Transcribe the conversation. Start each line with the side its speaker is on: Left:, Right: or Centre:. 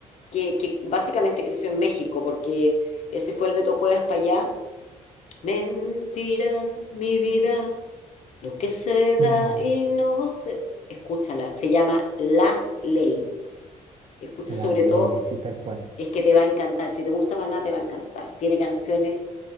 Left: que, que básicamente creció en México, porque eh, se fue el Beto Cuevas para allá Mentira, mi vida, lo que se da
Right: no,
Left: y no se... Escúchala, se llama La Ley. Escucha
Right: la
Left: sobre
Right: ley
Left: todo,
Right: así tal cual.
Left: es que te va a encantar. Si te gusta Maná, te va a encantar. Tiene canciones